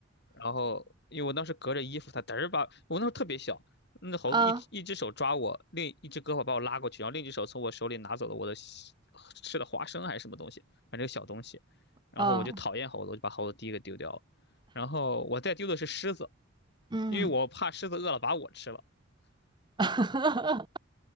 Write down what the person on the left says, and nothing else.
然后因为我当时隔着衣服，它嘚儿把我那时候特别小，那猴子一只一只手抓我，
另一只胳膊把我拉过去，然后另一只手从我手里拿走了我的西吃的花生还是什么东西，反正一个小东西。然后我就讨厌猴子，
我就把猴子第一个丢掉了。然后我再丢的是狮子，
因为我怕狮子饿了把我吃了。